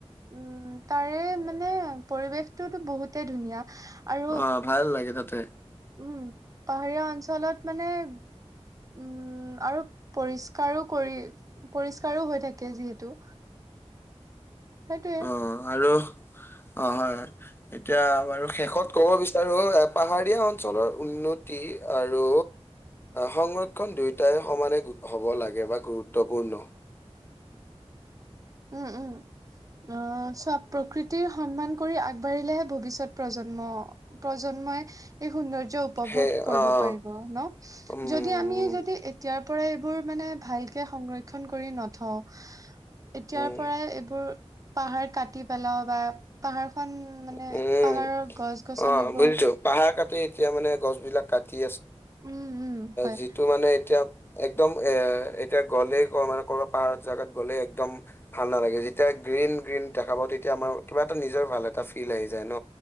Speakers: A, on the right; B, on the left.
A: উম তাৰে মানে পৰিৱেশটোতো বহুতে ধুনীয়া আৰু
B: অ ভাল লাগে তাতে
A: উম পাহাৰীয়া অঞ্চলত মানে উম আৰু পৰিষ্কাৰো কৰি পৰিষ্কাৰো হৈ থাকে যিহেতু
B: <unintelligible>
A: সেইটোৱে
B: অ', <unintelligible> অ হয় এতিয়া বাৰু শেষত ক'ব বিচাৰো পাহাৰীয়া অঞ্চলৰ উন্নতি আৰু সংৰক্ষণ দুয়োটাই সমানে হ'ব লাগে বা গুৰুত্বপূৰ্ণ
A: উম উম
B: <unintelligible>
A: আহ চোৱা প্ৰকৃতিৰ সন্মান কৰি আগবাঢ়িলেহে ভৱিষ্যত প্ৰজন্ম প্ৰজন্মই এই সুন্দৰ উপভোগ
B: সেই
A: কৰিব
B: অ',
A: পাৰিব ন
B: উম, উম,
A: যদি আমি যাতে এতিয়া পৰা এইবোৰ মানে ভালকে সংৰক্ষন কৰি নথওঁ এতিয়াৰ
B: উম।
A: পৰাই এইবোৰ পাহাৰ কাটি পেলাও বা পাহাৰখন মানে
B: উম
A: পাহাৰৰ গছ গছনিবোৰ
B: অ বুজিছো পাহাৰ কাটি এতিয়া মানে গছ বিলাক কাটি
A: উম উম হয়
B: যিটো মানে এতিয়া একদম এ এতিয়া গ'লে মানে ক'ৰ পাহাৰ জাত গ'লে একদম ভাল নালাগে যেতিয়া গ্ৰীণ গ্ৰীণ দেখাব তেতিয়া আমাৰ কিবা এটা নিজৰ ভাল এটা ফিল আহি যায় ন